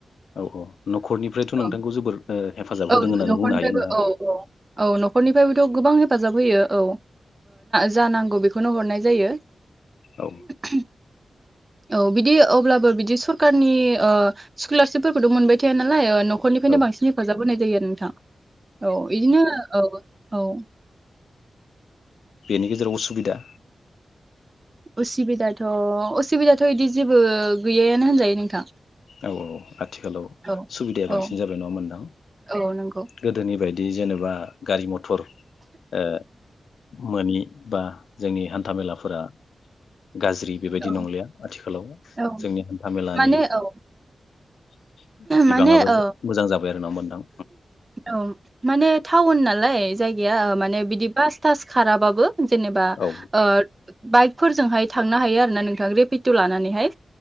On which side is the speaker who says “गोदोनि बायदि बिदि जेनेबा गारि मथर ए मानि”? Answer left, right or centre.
Left